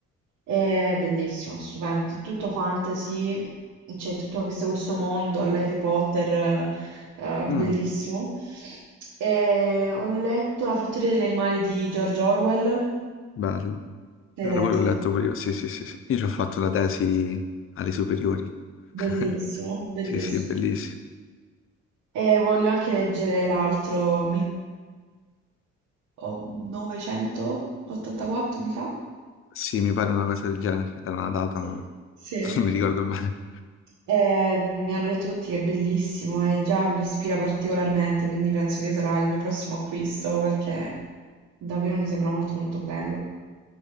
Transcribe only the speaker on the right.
È bellissimo, stupendo, è tutto fantasy, c'è tutto questo, questo mondo all'Harry Potter, eh, eh,
bellissimo. E ho letto La fattoria degli animali di George Orwell.
L'hai
letto?
Bellissimo,
bellissimo.
E voglio anche leggere l'altro 1984, mi sa.
Sì.
Sì.
E, mm, mi hanno detto tutti che è bellissimo e già mi ispira particolarmente, quindi penso che sarà il mio prossimo acquisto perché davvero mi sembra molto molto bello.